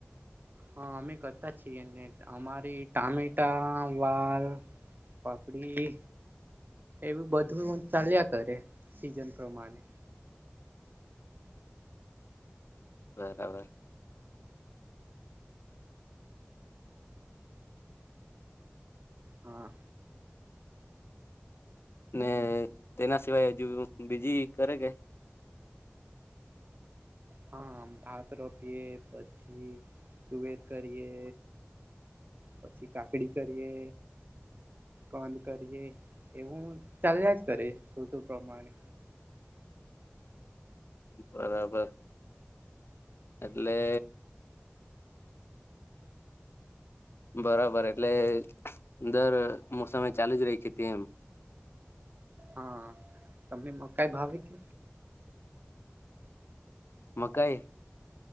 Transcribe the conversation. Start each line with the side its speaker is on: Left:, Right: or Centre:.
Right: હા અમે કરતા છીએને અમારી ટામેટા વાલ પાપડી એવું બધું ચાલ્યા કરે સીઝન પ્રમાણે.
Left: બરાબર.
Right: હા.
Left: ને તેના સિવાય હજુ બીજી કરે કે.
Right: હા ભાત રોપીએ પછી તુવેર કરીએ પછી કાકડી કરીએ કંધ કરીએ. એવું ચાલ્યા જ કરે તો તો. પ્રમાણે.
Left: બરાબર એટલે. બરાબર એટલે દર મોસમે એ ચાલુ જ રહી ખતી એમ.
Right: હા તમને મકાઈ ભાવે કે
Left: મકઈ.